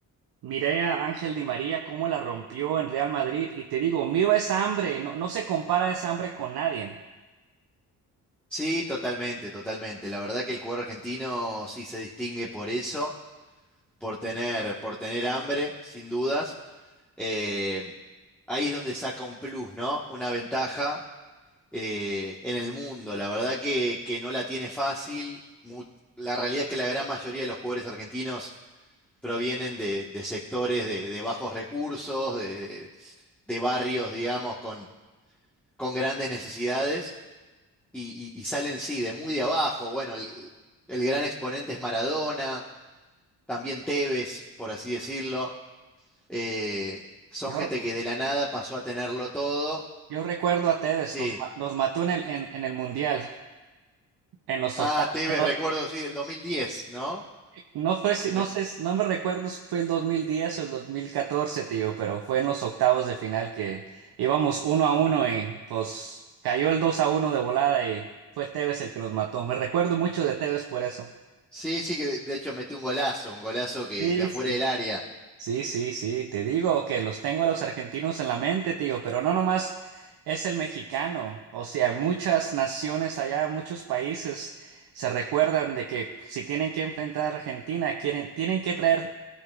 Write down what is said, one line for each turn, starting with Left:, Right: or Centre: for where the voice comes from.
Right: miré a Ángel Di María cómo la rompió en Real Madrid y te digo, miro esa hambre, y no, no se compara esa hambre con nadie.
Centre: Sí, totalmente, totalmente. La verdad que el jugador argentino sí se distingue por eso. por tener, por tener hambre, sin dudas. Eh, ahí es donde saca un plus, ¿no? Una ventaja eh, en el mundo. La verdad que, que no la tiene fácil. Mu- La realidad es que la gran mayoría de los jugadores argentinos provienen de, de sectores de, de bajos recursos, de, de- de barrios, digamos, con, con grandes necesidades y, y- y salen, sí, de muy de abajo. Bueno, el el gran exponente es Maradona, también Tevez, por así decirlo. Eh, son
Right: Yo,
Centre: gente que de la nada pasó a tenerlo todo.
Right: yo recuerdo a Tevez,
Centre: Sí.
Right: nos, ma- nos mató en el, en en el Mundial. En los
Centre: Ah,
Right: octavos,
Centre: Tevez,
Right: en los-
Centre: recuerdo, sí, del 2010, ¿no?
Right: no fue, si-
Centre: Que
Right: no
Centre: me-
Right: sé, no me recuerdo si fue el 2010 o el 2014, tío, pero fue en los octavos de final que íbamos uno a uno y pues cayó el 2 a uno de volada y fue Tevez el que nos mató. Me recuerdo mucho de Tevez por eso.
Centre: Sí, sí, que de de hecho metió un golazo, un golazo que
Right: Sí,
Centre: de afuera
Right: sí.
Centre: del área.
Right: Sí, sí, sí, te digo que los tengo a los argentinos en la mente, tío, pero no nomás es el mexicano, o sea, muchas naciones allá, muchos países se recuerdan de que si tienen que enfrentar a Argentina, quieren, tienen que traer